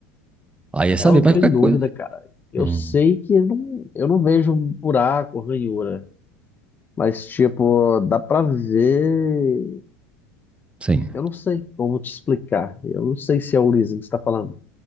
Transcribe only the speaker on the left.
Eu
não tô
em
dúvida,
cara. Eu
sei que não, eu não vejo buraco, ranhura, mas tipo, dá pra ver.
Eu não sei como te explicar. Eu não sei se é o lisinho que você tá falando.